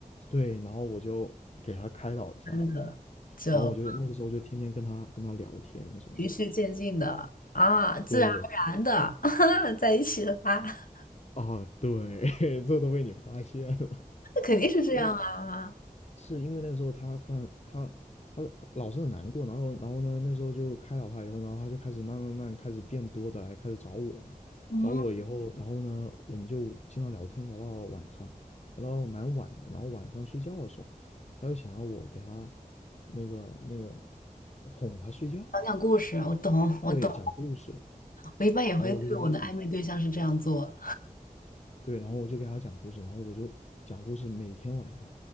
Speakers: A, on the left; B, on the left.
A: 对，然后我就给他开导一下，
B: 真的就
A: 然后我就那个时候就天天跟他跟他聊天什么之类的。
B: 循序渐进的啊，自然而然的
A: 对
B: <laughs> 在一起了啊，<laughs>
A: 啊，对，<laughs> 这都被你发现了。
B: 那肯定是这样啊。
A: <laughs> 是因为那个时候他他他他老是很难过，然后然后呢，那时候就开导他以后，然后他就开始慢慢慢开始变多的来开始找我嘛，
B: 嗯，
A: 找我以后，然后呢，我们就经常聊天，聊到晚上，聊到蛮晚的，然后晚上睡觉的时候，他就想要我给他那个那个哄他睡觉，
B: 讲讲故事，我懂，我懂。
A: 对，讲故事，
B: 我一般也会对我的暧昧对象是这样做。
A: 然后我就给他讲，对，然后我就给他讲故事，然后我就讲故事，每天晚上